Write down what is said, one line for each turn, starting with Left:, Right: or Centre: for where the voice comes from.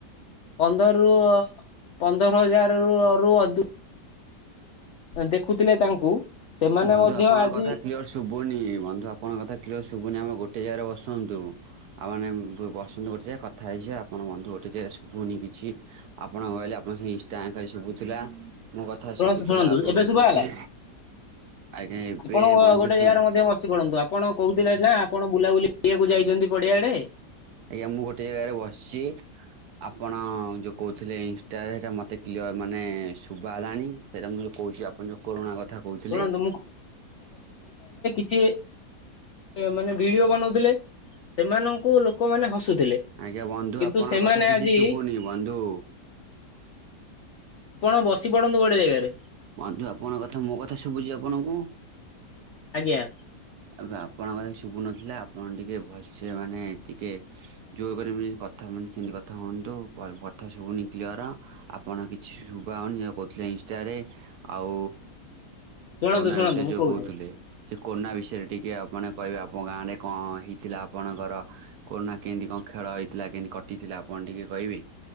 Left: ପନ୍ଦର ରରୁ ପନ୍ଦର ହଜାର ରୁ ଅଧ ଦେଖୁଥିଲେ ତାଙ୍କୁ ସେମାନେ
Right: ବନ୍ଧୁ
Left: ମଧ୍ୟ
Right: ଆପଣଙ୍କ
Left: ଆଜି
Right: କଥା କ୍ଲିୟର ଶୁ ଶୁଭୁନି ବନ୍ଧୁ ଆପଣଙ୍କ କଥା କ୍ଲିୟର ଶୁଭୁନି ଆମର ଗୋଟେ ଜାଗାରେ ବସନ୍ତୁ। ଆଉ ମାନେ ବସନ୍ତୁ ଗୋଟେ ଜାଗାରେ କଥା ହେଇଛିିବ ଆପଣଙ୍କ ମନ୍ଧୁ ଗୋଟେ ଯେ ଶୁଭୁନି କିଛି। ଆପଣ କହିଲେ ଆପଣ ସେ ଇନା ଶୁଭୁଥିଲା ମୋ କଥା
Left: ଶୁଣନ୍ତୁ
Right: ଶୁଭୁଥିଲା
Left: ଶୁଣନ୍ତୁ
Right: ଆପଣଙ୍କୁ।
Left: ଏବେ ଶୁଭା ହେଲା
Right: ଆଜ୍ଞା ଏବେ
Left: ଆପଣ
Right: ବନ୍ଧୁ
Left: ଗୋଟେ
Right: ଶୁ
Left: ଜାଗାରେ ମଧ୍ୟ ବସି ପଡନ୍ତୁ ଆପଣ କହୁଥିଲେ
Right: ଆଜ୍ଞା
Left: ଯାହା ଆପଣ ବୁଲାବୁଲି କରିବାକୁ ଯାଇଛନ୍ତି ପଡିଆ ଆଡେ?
Right: ଆଜ୍ଞା ମୁଁ ଗୋଟେ ଜାଗାରେ ବସିଛି। ଆପଣ ଯୋଉଁ କହୁଥିଲେ ଇନଷ୍ଟଟାରେ ସେଇଟା ମୋତେ କ୍ୟର ମାନେ ଶୁଭ ହେଲାଣି ସେଇଟା ମୁଁ ଯେଉଁ କହୁଛି। ପ ଯଉ କରୋନା କଥା କହୁଥିଲେ।
Left: ଶୁଣନ୍ତୁ ସିଏ ମାନେ ଭିଡିଓ ବନଉଥିଲେ ସେମାନଙ୍କୁ ଲୋକମାନୋନ ହସୁଥିଲେ।
Right: ଆଜ୍ଞା ବନ୍ଧୁ
Left: କିନ୍ତୁ
Right: ଆପଣଙ୍କ
Left: ସେମାନେ
Right: କଥା କିଛି
Left: ଆଜି
Right: ଶୁଭୁନି ବନ୍ଧୁ।
Left: -ଆପଣ ବସି ପଡନ୍ତୁ ଗୋଟେ ଜାଗାରେ?
Right: ବନ୍ଧୁଆପଣଙ୍କ କଥା ମୋ କଥା ଶୁଭୁଛି ଆପଣଙ୍କୁ
Left: ଆଜ୍ଞା।
Right: ଏବେ ଆପଣଙ୍କଥା ଶୁଭୁନଥିଲା ଆପଣ ଟିକି ଭଲସେ ମାନେ ଟିକେ ଜୋର କର କଥା ମାନେ ସେମିତି କଥା ହୁଅନ୍ତୁ କଥା ଶୁବୁନି କ୍ଲିଅର। ଆପଣ କିଛି ଶୁଣାଯାଉନି ଯେ କହୁଥିଲେ ଇନଷ୍ଟାରେ ଆଉ
Left: ଶୁଣନ୍ତୁ
Right: କୋନା
Left: ଶୁଣନ୍ତୁ
Right: ବିଷୟରେ
Left: ମୁଁ
Right: ଯୋଉ
Left: କହୁଛି
Right: କହୁଥିଲେ ସେ କୋନା ବିଷ ସେଟା ଟିକିଏ ଆପଣ କହିବେ ଆପଣ ଗାଁରେ କଣ ହେଇଥିଲା ଆପଣଙ୍କର? କୋନା କେମିତି କଣ ଖେଳ ହେଇଥିଲା କେମିତି କଟିଥିଲା ଆପଣ ଟିକେ କହିବେ?